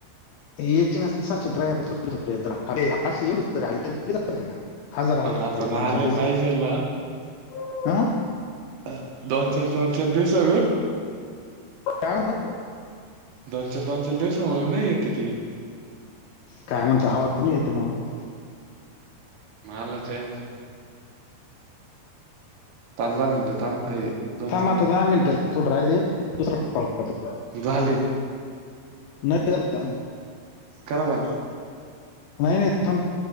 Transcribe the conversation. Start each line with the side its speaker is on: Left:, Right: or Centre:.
Left: <unintelligible> ना हजार हजार
Right: हा
Left: रुपये
Right: पण
Left: दोन
Right: आले
Left: चार दिवस
Right: पाहिजेल.
Left: हा
Right: हं. दोन चार, चार चार दिवसा
Left: काय म्हणतो
Right: दोनशल दोनशल दिवसा म्हणून नाही येते ती.
Left: काय म्हणता? आवाज नाही तर येत मला.
Right: मलाच आहे ना, पाच धा मिनिटं थांब, ए. दोन
Left: थांब आता दहा मिनिटं, थोडं राहिलय. दुसरा कॉल करतो.
Right: झाले.
Left: नाही झाले अजून.
Right: करा बंद.
Left: नाही नाही थांब.